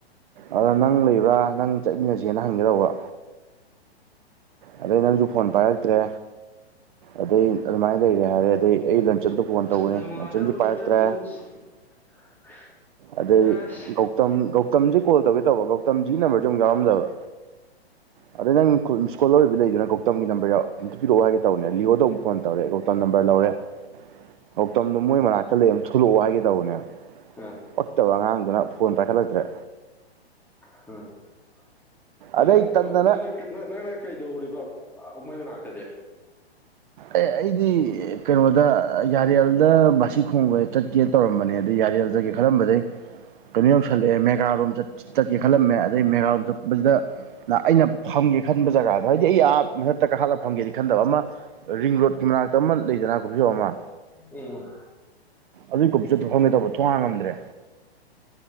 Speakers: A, on the right; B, in the centre.
A: ꯑꯗ ꯅꯪ ꯂꯩꯕ꯭ꯔꯥ ꯅꯪ ꯆꯠꯃꯤꯟꯅꯁꯦꯅ ꯍꯪꯒꯦ ꯇꯧꯕ ꯑꯗꯩ ꯅꯪꯁꯨ ꯐꯣꯟ ꯄꯥꯏꯔꯛꯇ꯭ꯔꯦ ꯑꯗꯩ ꯑꯗꯨꯃꯥꯏꯅ ꯂꯩꯔꯦ ꯍꯥꯏꯔꯦ ꯑꯗꯩ ꯑꯩ ꯂꯟꯆꯟꯗꯨ ꯐꯣꯟ ꯇꯧꯕꯅꯤ
B: ꯂꯨꯍꯗꯧꯔꯤꯗ
A: ꯂꯟꯆꯟꯁꯨ ꯄꯥꯏꯔꯛꯇ꯭ꯔꯦ
B: ꯄꯨꯟꯁꯤ <inaudible>
A: ꯑꯗꯩ
B: ꯑꯁ
A: ꯒꯧꯇꯝ ꯒꯧꯇꯝꯁꯤ ꯀꯣꯜ ꯇꯧꯒꯦ ꯇꯧꯕ ꯒꯧꯇꯝꯁꯤꯒꯤ ꯅꯝꯕꯔꯁꯦ ꯑꯃꯨꯛ ꯌꯥꯎꯔꯝꯗꯕ <unintelligible> ꯑꯗꯣ ꯅꯪ ꯁ꯭ꯀꯣꯜꯔ ꯑꯣꯢꯕ ꯂꯩꯗꯅ ꯀꯧꯇꯝꯒꯤ ꯅꯝꯕꯔ ꯑꯝꯇ ꯄꯤꯔꯛꯑꯣ ꯍꯥꯢꯒꯦ ꯇꯧꯕꯅꯦ ꯂꯤꯌꯑꯣꯗ ꯑꯃꯨꯛ ꯐꯣꯟ ꯔꯤꯌꯣꯒꯤ ꯅꯝꯕꯔ ꯂꯧꯔꯦ ꯀꯧꯇꯝꯗꯣ ꯃꯣꯏ ꯃꯅꯥꯛꯇ ꯂꯩ ꯑꯃ ꯊꯣꯛꯂꯛꯑꯣ ꯍꯥꯏꯒꯦ ꯇꯧꯕꯅꯦ
B: ꯑꯥ
A: ꯄꯥꯛꯇꯕ ꯑꯉꯥꯡꯗꯨꯅ ꯐꯣꯟ ꯄꯥꯏꯈꯠꯂꯛꯇ꯭ꯔꯦ
B: <inaudible>
A: ꯑꯗꯩ ꯇꯟꯗꯅ
B: ꯅꯪꯅ ꯀꯩꯗꯧꯔꯤꯕ ꯃꯣꯏ ꯃꯅꯥꯛꯇꯗꯤ
A: ꯑꯦ ꯑꯩꯗꯤ ꯀꯩꯅꯣꯗ ꯌꯥꯔꯦꯜꯗ ꯕꯥꯁꯤ ꯈꯣꯡꯕ ꯆꯠꯀꯦ ꯇꯧꯔꯝꯕꯅꯦ ꯑꯗꯩ ꯌꯥꯔꯦ ꯌꯥꯎꯖꯒꯦ ꯈꯜꯂꯝꯕꯗꯩ ꯀꯩꯅꯣ ꯌꯧꯁꯜꯂꯛꯑꯦ ꯃꯦꯒꯥꯔꯣꯝ ꯆꯠꯀꯦ ꯈꯜꯂꯝꯃꯦ ꯑꯗꯩ ꯃꯦꯒꯥꯔꯣꯝ ꯆꯠꯄꯖꯤꯗ ꯅ ꯑꯩꯅ ꯐꯝꯒꯦ ꯈꯟꯕ ꯖꯒꯥꯗꯣ ꯍꯥꯏꯗꯤ ꯑꯩ ꯑꯥ ꯃꯊꯛꯇ ꯀꯥꯈꯠꯂ ꯐꯝꯒꯦꯗꯤ ꯈꯟꯗꯕ ꯑꯃ ꯔꯤꯡ ꯔꯣꯠꯀꯤ ꯃꯅꯥꯛꯇ ꯑꯃ ꯂꯩꯗꯅ ꯀꯣꯐꯤ ꯁꯣꯞ ꯑꯃ
B: ꯎꯝ
A: ꯑꯗꯨꯏ ꯀꯣꯐꯤꯁꯣꯞꯇꯣ ꯐꯝꯒꯦ ꯇꯧꯕ ꯊꯣꯡ ꯍꯥꯡꯉꯝꯗ꯭ꯔꯦ